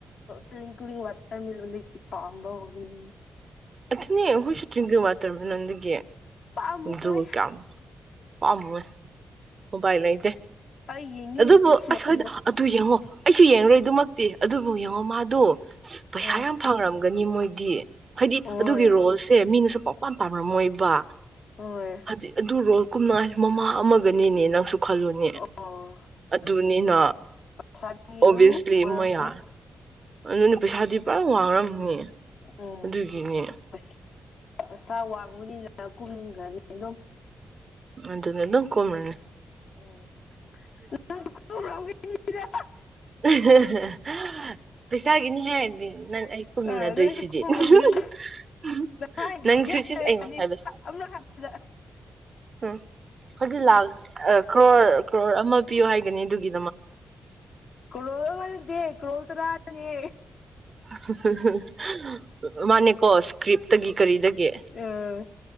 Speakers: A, on the left (about 75°); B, on the right (about 50°).
A: ꯇꯨꯋꯤꯡꯀ꯭ꯂꯤꯡ ꯋꯥꯇꯔ ꯃꯦꯂꯣꯟꯗꯒꯤ ꯄꯥꯝꯕ ꯍꯧꯕꯅꯦ
B: ꯑꯗꯨꯅꯦ ꯑꯩꯈꯣꯏꯁꯨ ꯇꯔꯤꯡꯀꯤꯡ ꯋꯥꯇꯔ ꯃꯦꯂꯣꯟꯗꯒꯤ
A: ꯄꯥꯝꯃꯨꯋꯦ
B: ꯑꯗꯨꯒ ꯀꯌꯥꯝ ꯄꯝꯃꯨꯢ ꯎꯄꯥꯏ ꯂꯩꯇꯦ
A: ꯑꯩ ꯌꯦꯡꯅꯤꯡꯗꯦ
B: ꯑꯗꯨꯕꯨ
A: ꯐꯤꯂꯝꯗꯣ
B: ꯑꯁ ꯍꯣꯏꯗ ꯑꯗꯨ ꯌꯦꯡꯉꯣ ꯑꯩꯁꯨ ꯌꯦꯡꯉꯔꯣꯏꯗꯨꯃꯛꯇꯤ ꯑꯗꯨꯕꯨ ꯌꯦꯡꯉꯣ ꯃꯥꯗꯣ ꯄꯩꯁꯥ
A: ꯑꯥ
B: ꯌꯥꯝ ꯐꯪꯔꯝꯒꯅꯤ ꯃꯣꯏꯗꯤ ꯍꯥꯏꯗꯤ
A: ꯍꯣꯏ
B: ꯑꯗꯨꯒꯤ ꯔꯣꯜꯁꯦ ꯃꯤꯅꯁꯨ ꯄꯥꯎ ꯄꯥꯝ ꯄꯥꯝꯔꯝꯃꯣꯏꯕ
A: ꯍꯣꯏ
B: ꯍꯥꯏꯗꯤ ꯑꯗꯨꯔꯣꯜ ꯀꯨꯝꯅꯉꯥꯏ ꯃꯃꯥ ꯑꯃꯒꯅꯤꯅꯦ ꯅꯪꯁꯨ ꯈꯜꯂꯨꯅꯦ
A: ꯑꯣ
B: ꯑꯗꯨꯅꯦꯅꯥ
A: ꯁꯥꯗꯤ
B: ꯑꯣꯕꯤꯌꯥꯁꯂꯤ
A: ꯎꯐ ꯑꯣꯏꯔꯝꯃꯅꯤ
B: ꯃꯣꯌꯥ ꯑꯗꯨꯅꯦ ꯄꯩꯁꯥꯗꯤ ꯄꯨꯔꯥ ꯋꯥꯡꯔꯝꯅꯤ
A: ꯎꯝ
B: ꯑꯗꯨꯒꯤꯅꯦ
A: ꯑꯁ ꯄꯩꯁꯥ ꯋꯥꯡꯕꯅꯤꯅ ꯀꯨꯝꯈ꯭ꯔꯥꯅꯤ ꯑꯗꯨꯝ
B: ꯑꯗꯨꯅꯦ ꯑꯗꯨꯝ ꯀꯣꯝꯔꯅꯤ
A: <unintelligible>
B: ꯍꯦ ꯍꯦ ꯍꯦ ꯄꯩꯁꯥꯒꯤꯅꯤ ꯍꯥꯏꯔꯗꯤ ꯅꯪ ꯑꯩ ꯀꯨꯝꯃꯤꯟꯅꯗꯣꯏꯁꯤꯗꯤ
A: ꯑ ꯅꯪꯁꯨ ꯀꯨꯝꯔꯝꯒꯅꯤ
B: ꯍꯨꯝ ꯍꯨꯝ ꯍꯨꯝ
A: ꯍꯥꯏ
B: ꯅꯪ
A: ꯌꯦꯁ
B: ꯁꯨꯁꯤꯁ
A: ꯍꯥꯏꯔꯛꯑꯅꯤ
B: ꯑꯩꯉꯣꯟ ꯍꯥꯏꯕ ꯁꯥꯏ
A: ꯑꯃꯔꯛ ꯍꯥꯏꯕꯗ
B: ꯎꯝ ꯍꯧꯖꯤꯛ ꯂꯥꯛ ꯀ꯭ꯔꯣꯔ ꯀ꯭ꯔꯣꯔ ꯑꯃ ꯄꯤꯌꯣ ꯍꯥꯏꯒꯅꯤ ꯑꯗꯨꯒꯤ
A: ꯀ꯭ꯔꯣꯜ ꯑꯃ ꯅꯠꯇꯦ ꯀ꯭ꯔꯣꯜ ꯇꯔꯥꯗꯅꯦ
B: ꯍ ꯍ ꯍ ꯃꯥꯅꯦꯀꯣ ꯏꯁꯀ꯭ꯔꯤꯞꯇꯒꯤ ꯀꯔꯤꯗꯒꯤ
A: ꯑ